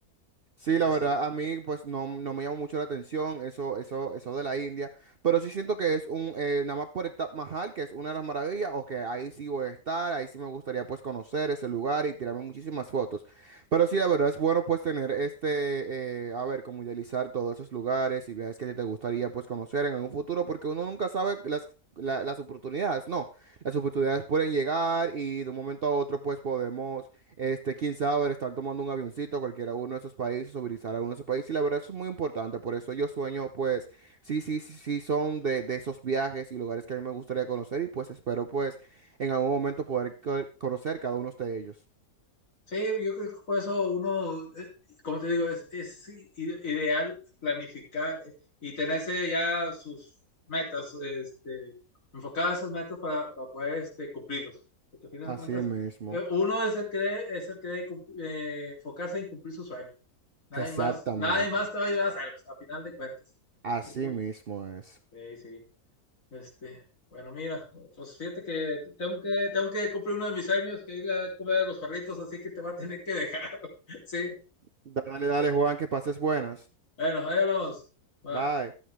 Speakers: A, on the left; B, on the right.
A: Sí,
B: Sí, la
A: así
B: verdad,
A: es.
B: a mí pues no, no me llamó mucho la atención eso, eso, eso de la India, pero sí siento que es un, eh, nada más por el Taj Mahal, que es una de las maravillas, o que ahí sí voy a estar, ahí sí me gustaría pues conocer ese lugar y tirarme muchísimas fotos. Pero sí, la verdad es bueno pues tener este, eh, a ver, como idealizar todos esos lugares y viajes que te gustaría pues conocer en algún futuro, porque uno nunca sabe las, la- las oportunidades, no, las oportunidades pueden llegar y de un momento a otro pues podemos este, quién sabe, estar tomando un avioncito a cualquiera uno de esos países o visitar a uno de esos países. Y la verdad, eso es muy importante. Por eso yo sueño, pues, sí, sí, sí, sí son de, de esos viajes y lugares que a mí me gustaría conocer. Y pues espero, pues, en algún momento poder co- conocer cada uno de ellos.
A: Sí, yo creo que por eso uno, eh, como te digo, es, es i- ideal planificar eh, y tenerse ya sus metas, este, enfocadas esas metas para, para poder este, cumplirlos. Porque al final
B: Así
A: de cuentas,
B: mismo.
A: eh, uno es el que debe, es el que debe cum- eh, enfocarse en cumplir sus sueños. Nadie
B: Exactamente.
A: más, nadie más te va a ayudar a hacerlos, a final de cuentas.
B: Así
A: Yo creo.
B: mismo es.
A: Sí, sí. Este, bueno, mira, pues fíjate que tengo que, tengo que cumplir uno de mis años, que ir a comer a los perritos, así que te va a tener que dejar. <laughs> Sí,
B: Dale, dale, Juan, que pases buenas.
A: bueno, ahí hablamos. Va.
B: Bye.